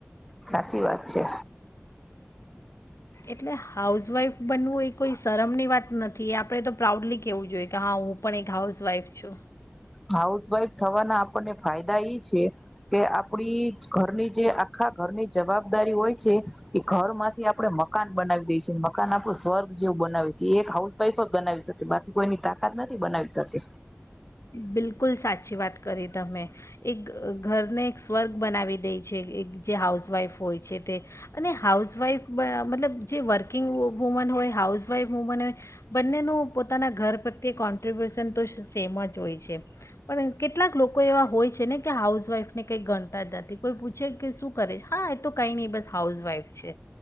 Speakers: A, in the centre; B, on the left.
A: સાચી વાત છે.
B: એટલે હાઉસ વાઈફ બનવું એ કોઈ શરમ ની વાત નથી આપડે તો પ્રાઉડલી કેવું જોઈએ કે હા હું પણ એક હાઉસવાઈફ છું.
A: હાઉસવાઈફ થવાના આપણને ફાયદા ઈ છે કે આપડી જ ઘરની જે આખા ઘરની જવાબદારી હોય છે એ ઘરમાંથી આપડે મ મકાન બનાવી દે છે મ મકાન આપડું સ્વર્ગ જેવું બનાવે છે. એ એક હાઉસ વાઈફ જ બનાવી શકે બાકી કોઈની તાકાત નથી. બનાવી શકે.
B: બિલકુલ સાચી વાત કરી તમે એક ઘરને એક સ્વર્ગ બનાવી દે છે એક જે હાઉસવાઈફ હોય છે તે. અને હાઉસવાઇફ બ મતલબ જે વર્કિગ વુ વુમન હોય હાઉસવાઈફ વુમન બને બંનેનું પોતાના ઘર પ્રત્યે કોન્ટ્રિબ્યુશન તો સેમ જ હોય છે. પણ કેટલાક લોકો એવા હોય છે ને કે હાઉસવાઈફ ને કઈ ગણતા જ નથી કોઈ પૂછે શું કરે છે હા એ તો કઈ નહી બસ હાઉસવાઈફ છે.